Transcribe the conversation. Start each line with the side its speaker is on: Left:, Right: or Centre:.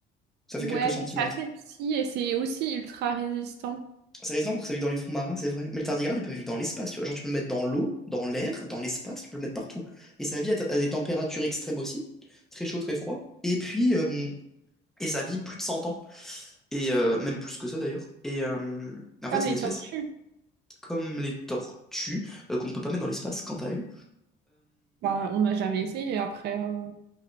Centre: Ça
Right: Ouais,
Centre: fait quelques centimètres.
Right: mais c'est assez petit et c'est aussi ultra résistant.
Centre: C'est résistant parce que ça vit dans les fonds marins, c'est vrai. Mais le tardigrade, il peut vivre dans l'espace, tu vois. Genre, tu peux le mettre dans l'eau, dans l'air, dans l'espace, tu peux le mettre partout. Et ça vit à, t- à des températures extrêmes aussi, très chaud, très froid. Et puis, euh, et ça vit plus de 100 ans, et euh, même plus que ça d'ailleurs. Et euh, en
Right: Comme
Centre: fait, c'est
Right: les
Centre: une espèce
Right: tortues.
Centre: comme les tortues, euh, qu'on ne peut pas mettre dans l'espace, quant à elle.
Right: Bah, on n'a jamais essayé après. euh.